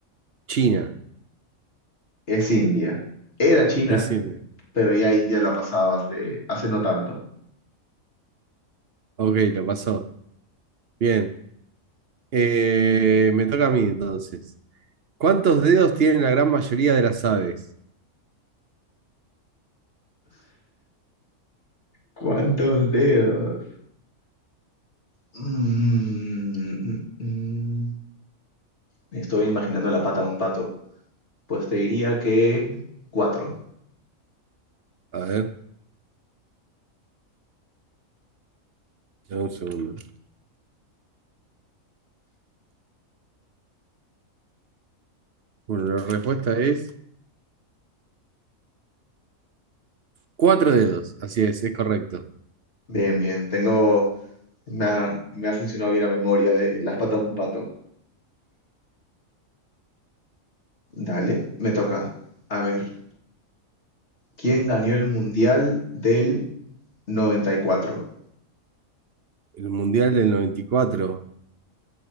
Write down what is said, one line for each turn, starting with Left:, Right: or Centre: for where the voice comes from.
Right: China.
Left: Es India. Era China,
Right: Es India.
Left: pero ya India lo ha pasado hace, hace no tanto.
Right: Ok, lo pasó. Bien. Eh, me toca a mí entonces. ¿Cuántos dedos tienen la gran mayoría de las aves?
Left: ¿Cuántos dedos? Mm, mm, mm. mm. Estoy imaginando la pata de un pato. Pues te diría que cuatro.
Right: A ver, dame un segundo. Bueno, la respuesta es cuatro dedos. Así es, es correcto.
Left: Bien, bien. Tengo. Me ha, me ha funcionado bien la memoria de las patas de un pato. Dale, me toca. A ver, ¿quién ganó el Mundial del 94?
Right: El Mundial del 94.